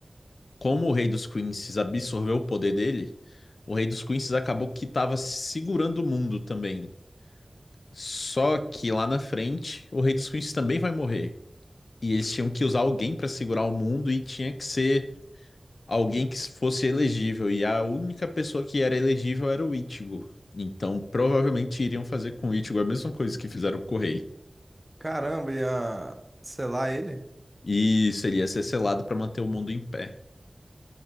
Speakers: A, on the left; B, on the right.
A: como o Rei dos Queens absorveu o poder dele, o Rei dos Queens acabou que estava segurando o mundo também. Só que lá na frente, o Rei dos Queens também vai morrer. E eles tinham que usar alguém para segurar o mundo e tinha que ser alguém que fosse elegível. E a única pessoa que era elegível era o Ichigo. Então, provavelmente iriam fazer com o Ichigo a mesma coisa que fizeram com o Rei.
B: Caramba, e a. Sei lá, ele.
A: E seria ser selado para manter o mundo em pé.